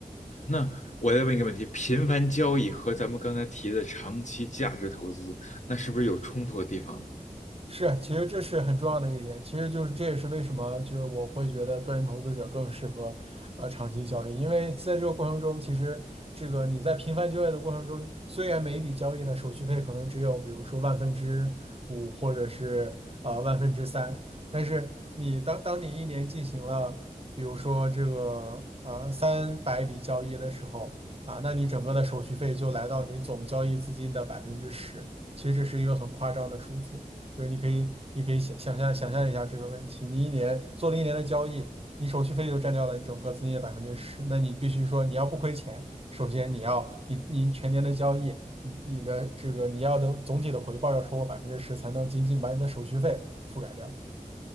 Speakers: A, on the left; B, on the right.
A: 那我再问一个问题：频繁交易和咱们刚才提的长期价值投资，那是不是有冲突的地方呢
B: 是，其实这是很重要的一点，其实就是这也是为什么就是我会觉得个人投资者更适合呃长期交易，因为在这个过程中，其实这个你在频繁交易的过程中，虽然每一笔交易的手续费可能只有比如说万分之五或者是呃万分之三，但是你当当你一年进行了比如说这个呃三百笔交易的时候啊，那你整个的手续费就来到你总交易资金的百分之十，其实这是一个很夸张的数字。对，你可以，你可以想想象想象一下这个问题。你一年做了一年的交易，你手续费就占掉了整个资金的百分之十，那你必须说你要不亏钱，首先你要你你全年的交易，你你的这个你要的总体的回报要超过百分之十，才能仅仅把你的手续费覆盖掉。